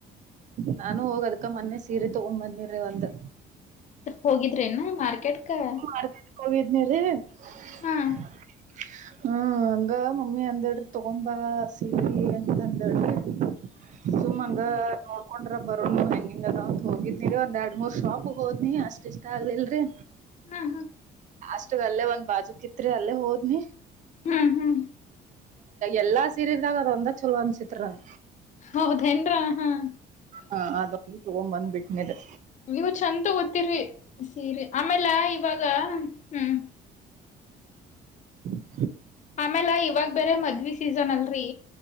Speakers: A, on the right; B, on the left.
A: ನಾನು ಹೋಗ ಅದ್ಕ ಮೊನ್ನೆ ಸೀರೆ ತಗೊ್ಂಬನ್ನಿ ರೀ ಒಂದ್
B: ಹೋಗಿದ್ರೆನ ಮಾರ್ಕೆಟ್ ಕ
A: ಮಾರ್ಕಾ ಹೋಗಿದ್ನ ರೀ <unintelligible>
B: ಹಾ
A: ಹ್ಮ ಹಂಗ ಮಮ್ಮಿ ಅಂದಾಡ್ರಿ ತಗೊಂಬ ಸೀರಿ ಅಂತ ಅಂದಡ್ರಿ
B: ಹ
A: ಸುಮಂಗ
B: ಹ
A: ಹೋೊಂಡ್ರ ಬರೋ ಹೆಂಗಿಂಗ ಅದಾವ ಅಂತ ಹೋಗಿದ್ಿರಿ ಒಂದ ಎರಡ್ ಮೂರ್ ಶಾಪ್ ಹೋದ್ನಿ ಅಷ್ಟ ಇಷ್ಟ ಆಗ್ಲಿಲ್ರಿ
B: ಹ
A: ಷ್ಟ ಅಲ್ಲೇ ಒಂದ್ಾಜು ಇತ್ರಿ ಅಲ್ಲೇ ಹದ್ನಿ
B: ಹ್ಮ್ ಹ್ಮ್
A: ಎಲ್ಲಾ ಸೀರಲ್ದಾಗ ಅದ ಒಂದ ಚಲೋ ಅನ್ಸಿತ್ರನ್
B: ಹೌದೇಏನ್ರ ಹಾ
A: ಹ ಅದಂದು ತಗೊಂಡ್ ಬಂದ್ ಬಿಟ್ಟನಿದೆ
B: ಇವ ಚಛಂತ ಓದತ್ತಿರ್ರಿ ಸೀರೆ ಆಮೇಲೆ ಇವಾಗ ಹ್ಮ್
A: ಹ್ಮ
B: ಆಮೇಲೆ ಇವಾಗ ಬೇರೆ ಮದ್ವಿ ಸೀಸನ್ ಅಲ್ರರಿ